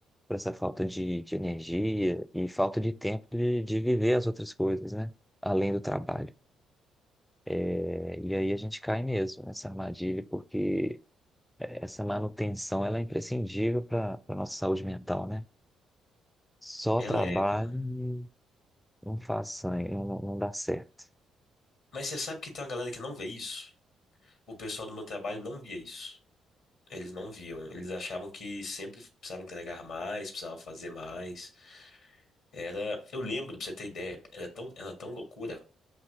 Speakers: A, in the centre; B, on the left.
A: por essa falta de, de energia e falta de tempo de, de viver as outras coisas, né? Além do trabalho. É, e aí a gente cai mesmo nessa armadilha, porque essa manutenção, ela é imprescindível para a nossa saúde mental, né? Só
B: Ela
A: trabalho
B: é, cara.
A: Não faz sangue, não, não não dá certo.
B: Mas você sabe que tem uma galera que não vê isso? o pessoal do meu trabalho não via isso. Eles não viam. Eles achavam que sempre precisava entregar mais, precisava fazer mais. Era, eu lembro, pra você ter ideia, era tão, era tão loucura